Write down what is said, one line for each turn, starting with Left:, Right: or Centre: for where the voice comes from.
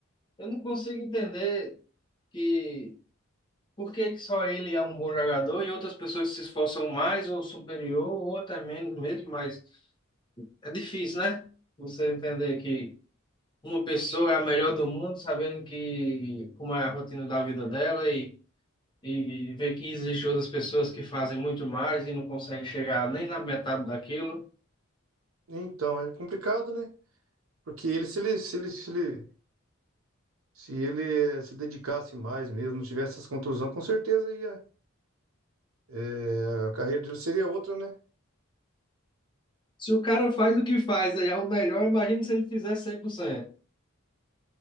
Left: eu não consigo entender. que por que que só ele é um bom jogador e outras pessoas que se esforçam mais ou superior ou até menos mesmo, mas é difícil, né? Você entender que uma pessoa é a melhor do mundo, sabendo que como é a rotina da vida dela e E e ver que existem outras pessoas que fazem muito mais e não conseguem chegar nem na metade daquilo.
Right: Então, é complicado, né? Porque ele, se ele, se ele, se ele, se ele eh, se dedicasse mais mesmo, não tivesse essas contusões, com certeza ia. eh, a carreira dele seria outra, né?
Left: Se o cara faz o que faz, aí é o melhor, imagina se ele fizer cem por cento